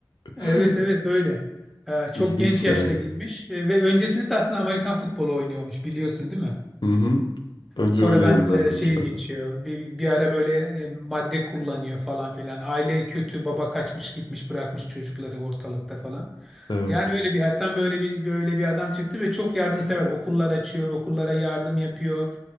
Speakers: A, in the centre; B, on the left.
A: Evet
B: <laughs>
A: evet öyle. E, Çok
B: İlginç
A: genç yaşta
B: yani.
A: girmiş E, ve öncesinde de aslında Amerikan futbolu oynuyormuş biliyorsun değil mi?
B: Hı hı. Önce
A: Sonradan
B: öyle yönlendirmişler.
A: e, şeye geçiyor. Bir, bir ara böyle e, madde kullanıyor falan filan. Aile kötü, baba kaçmış gitmiş bırakmış çocukları ortalıkta falan.
B: Evet.
A: Yani öyle bir hayattan böyle bir böyle bir adam çıktı ve çok yardımsever. Okullar açıyor, okullara yardım yapıyor.